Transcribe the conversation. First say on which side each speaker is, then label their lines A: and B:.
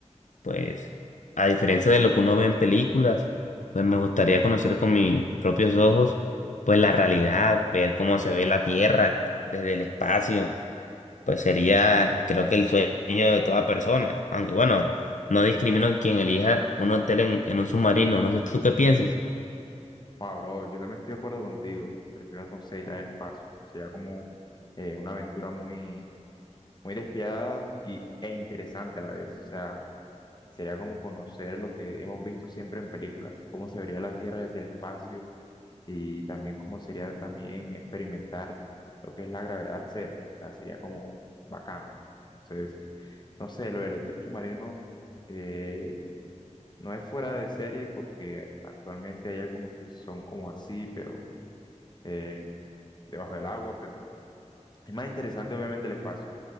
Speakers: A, on the left (about 80°); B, on the left (about 35°).
A: Pues, a diferencia de lo que uno ve en películas, pues me gustaría conocer con mis propios ojos, pues, la realidad, ver cómo se ve la Tierra desde el espacio. Pues sería, creo que el sueño de toda persona. Aunque bueno, no discrimino a quien elija un hotel en, en un submarino. No sé tú qué pienses.
B: Ah, bro, yo también estoy de acuerdo contigo. Prefiero, no sé, ir al espacio. Sería como eh, una aventura muy, muy despiadada y, e interesante a la vez. O sea, sería como conocer lo que hemos visto siempre en películas, cómo se vería la Tierra desde el espacio y también cómo sería también experimentar lo que es la gravedad cero. O sea, sería como bacano. Entonces, no sé, lo del hotel submarino eh, no es fuera de serie porque actualmente hay algunos que son como así, pero eh, debajo del agua, pero es más interesante obviamente el espacio.